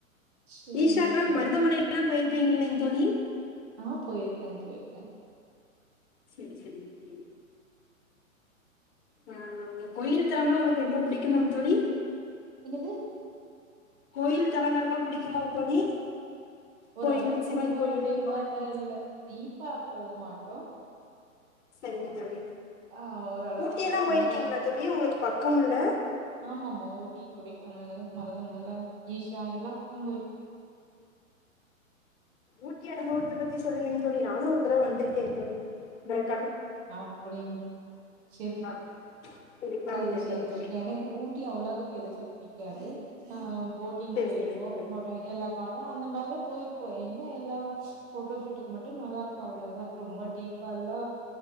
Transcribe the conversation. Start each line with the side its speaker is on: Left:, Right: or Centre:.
Right: சரி
Left: ஈஷாக்கல்லாம்
Right: ஓகேங்க
Left: பரதமலையல்லாம் போயி இல்லங்க தோழி
Right: ஆஹ் போயிருக்கேங் போயிருக்கேங்
Left: சேரி சேரிங்க தோழி ஆஹ் கொயிருக்கிறம்னா உனக்கு ரொம்ப பிடிக்குமா தோழி
Right: என்னது
Left: கோயில் தளங்கள்லா புடிக்குமா தோழி
Right: ஓரளவுக்கு
Left: கோயில் சிவன்
Right: ரொம்ப
Left: கோயில்
Right: டீப்பால்ல
Left: மாரியம்மன் கோயில்.
Right: இல்ல டீப்பா போக மாட்டோ
Left: சேரிங்க தோழி
Right: ஆஹ் ஒரளவுக்கு
Left: ஊட்டி எல்லா
Right: ரொம்ப
Left: போயிருக்கீங்களா
Right: டீப்
Left: தோழி உங்களுக்கு பக்கம் இல்ல
Right: ஆமா ஆமா ஊட்டி கொடைக்கானல் மருதமல ஈஷா எல்லாம் பக்கம் போயிருக்க
Left: ஊட்டி அனுபவத்த பத்தி சொல்றீன்னு தோழி நானும் ஒரு தடவ வந்திருக்கேன் தோழி பட்
Right: அப்படி சேரி
Left: கார்டன் இதுக்கெல்லா
Right: சேரி
Left: வந்திருக்கேன்
Right: சேரி
Left: தோழி
Right: எனக்கு ஊட்டி அவ்ளவு பெருசா புடிக்காது ஆஹ் போட்டிங்
Left: சரி
Right: போயிருக்க
Left: சரிங்க தோழி
Right: போட்ட எல்லா கார்ட அந்த மாதிரிதான் போயிரு இப்ப என்ன எல்லா போட்டோ ஷூட்டுக்கு மட்டும் நல்லா இருக்கும் அவ்வளோதா ரொம்ப டீப்பா எல்லா